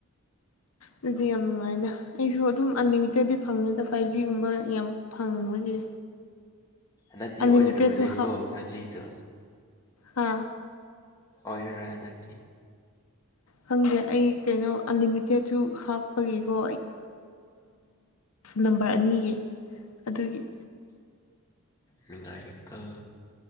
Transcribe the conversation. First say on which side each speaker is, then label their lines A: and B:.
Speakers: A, on the left; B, on the left.
A: ꯑꯗꯨꯗꯤ ꯌꯥꯝ ꯑꯗꯨꯨꯃꯥꯏꯅ ꯑꯩꯁꯨ ꯑꯗꯨꯝ ꯑꯟꯂꯤꯃꯤꯇꯦꯠꯇꯗꯤ ꯐꯪꯉꯤꯗ ꯐꯥꯏꯚ ꯖꯤꯒꯨꯝꯕ ꯌꯥꯝ ꯐꯪꯕꯒꯤ
B: ꯅꯠꯇꯤ
A: ꯑꯟꯂꯤꯃꯤꯇꯦꯠꯁꯨ
B: ꯑꯣꯗꯔꯣꯕ
A: ꯍꯥꯞ
B: ꯀꯣ ꯐꯥꯖꯤ ꯇ
A: ꯍꯥ
B: ꯑꯣꯏꯔꯔꯣꯏ ꯍꯟꯗꯛꯇꯤ
A: ꯈꯪꯗꯦ ꯑꯩ ꯀꯩꯅꯣ ꯑꯟꯂꯤꯃꯤꯇꯦꯠꯁꯨ ꯍꯥꯞꯄꯒꯤꯀꯣ ꯅꯝꯕꯔ ꯑꯅꯤꯒꯤ ꯑꯗꯨꯒꯤ
B: ꯅꯨꯡꯉꯥꯏꯀꯜ